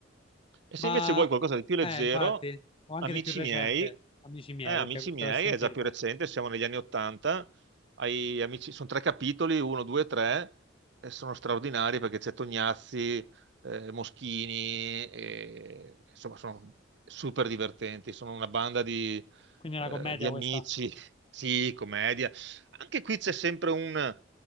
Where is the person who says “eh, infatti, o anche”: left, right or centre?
Left